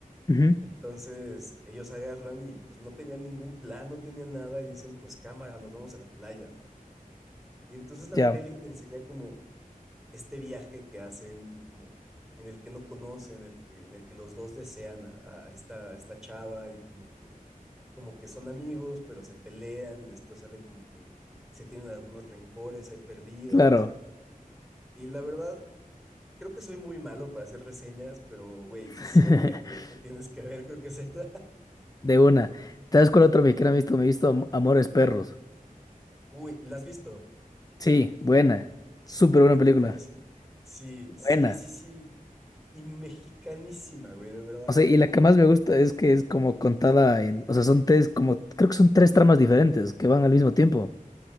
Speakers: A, on the left (about 25°); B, in the centre.
A: Ujú,
B: Entonces ellos agarran y pues no tenían ningún plan, no tenían nada y dicen pues cámara, nos vamos a la playa, ¿no? Y entonces la
A: Ya,
B: peli te enseña como este viaje que hacen, como en el que no conocen, en el que, en el que los dos desean a, a esta, a esta chava y como que, como que son amigos, pero se pelean y después sale como que se tienen algunos rencores, hay perdidos
A: claro.
B: y, y la verdad... Creo que soy muy malo para hacer reseñas, pero güey,
A: <laughs>
B: si hay una que, que tienes que ver, creo que es esa.
A: De una. ¿Sabes cuál otro mexicano he visto? Me he visto Am- Amores Perros.
B: <laughs> Uy, ¿la has visto?
A: Sí, buena. Súper buena
B: ¿Qué te
A: película.
B: pareció? Sí,
A: Buena.
B: sí, sí, sí. Y mexicanísima, güey, de verdad.
A: O sea, y la que más me gusta es que es como contada en, o sea, son tres, como, creo que son tres tramas diferentes que van al mismo tiempo.